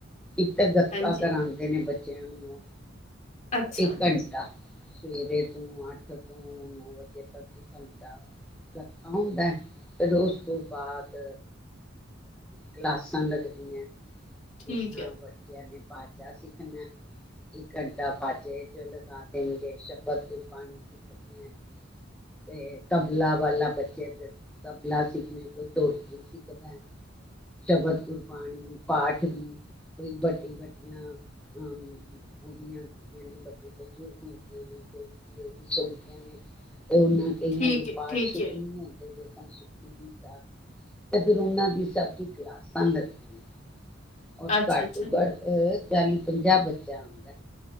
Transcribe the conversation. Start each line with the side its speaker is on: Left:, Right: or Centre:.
Centre: ਇੱਕ ਤਾਂ ਗਤਕਾ
Left: ਹਾਂਜੀ
Centre: ਕਰਾਂਦੇ ਨੇ ਬੱਚਿਆਂ ਨੂੰ
Left: ਅੱਛਾ
Centre: ਇੱਕ ਘੰਟਾ। ਸਵੇਰੇ ਤੋਂ ਅੱਠ ਤੋਂ ਨੌ ਵਜੇ ਤੱਕ ਘੰਟਾ ਗੱਤਕਾ ਹੁੰਦਾ, ਫਿਰ ਉਸ ਤੋਂ ਬਾਅਦ ਕਲਾਸਾਂ ਲੱਗਦੀਆਂ।
Left: ਠੀਕ
Centre: ਜਿਸ ਤਰਾ
Left: ਹੈ
Centre: ਬੱਚਿਆਂ ਨੇ ਬਾਜਾ ਸਿੱਖਣਾ ਇਕ ਘੰਟਾ ਬਾਜੇ ਚ ਲਗਾ ਦੇਣਗੇ, ਸ਼ਬਦ ਗੁਰਬਾਣੀ ਸਿੱਖਣੀ ਹੈ। ਤੇ ਤਬਲਾ ਵਾਲਾ ਬੱਚੇ ਤੇ ਤਬਲਾ ਸਿੱਖ ਦੇ, ਕੋਈ ਢੋਲਕੀ ਸਿੱਖਦਾ, ਸ਼ਬਦ ਗੁਰਬਾਣੀ, ਪਾਠ ਵੀ, ਕੋਈ ਵੱਡੀ ਵੱਡੀਆਂ ਹਸਤੀਆ ਹੁੰਦੀਆਂ ਨੇ, ਵੱਡੇ ਬਜ਼ੁਰਗ ਹੁੰਦੀਆਂ ਨੇ, ਕਈ ਲੇਡੀਜ਼ ਹੁੰਦੀਆਂ ਨੇ। ਉਹਨਾਂ ਕਈਆਂ
Left: ਠੀਕ
Centre: ਦੇ
Left: ਹੈ
Centre: ਪਾਠ
Left: ਠੀਕ
Centre: ਪੂਠ
Left: ਹੈ
Centre: ਨਹੀਂ ਹੁੰਦੇ। ਸੁਖਮਨੀ ਸਾਹਿਬ ਤੇ ਫਿਰ ਉਹਨਾਂ ਦੀ ਸਭ ਦੀ ਕਲਾਸਾਂ ਲਗਦੀਆਂ। ਹੁਣ
Left: ਅੱਛਾ
Centre: ਘੱਟੋ
Left: ਅੱਛਾ
Centre: ਘੱਟ ਚਾਲੀ ਪੰਜਾਹ ਬੱਚਾ ਆਉਂਦਾ